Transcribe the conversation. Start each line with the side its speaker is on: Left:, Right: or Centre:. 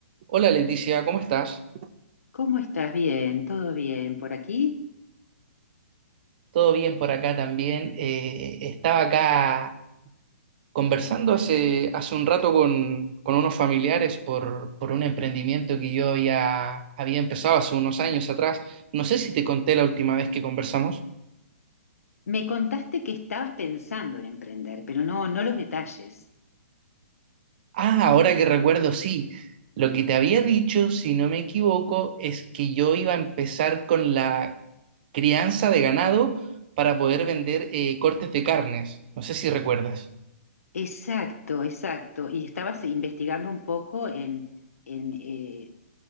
Right: Hola Leticia, ¿cómo estás?
Left: ¿Cómo estás? Bien, todo bien por aquí.
Right: Todo bien por acá también. Eh, estaba acá conversando hace, hace un rato con, con unos familiares por, por un emprendimiento que yo había, había empezado hace unos años atrás. No sé si te conté la última vez que conversamos.
Left: Me contaste que estabas pensando en emprender, pero no, no los detalles.
Right: Ah, ahora que recuerdo, sí. Lo que te había dicho, si no me equivoco, es que yo iba a empezar con la crianza de ganado para poder vender eh, cortes de carnes. No sé si recuerdas.
Left: Exacto, exacto. Y estabas investigando un poco en, en eh,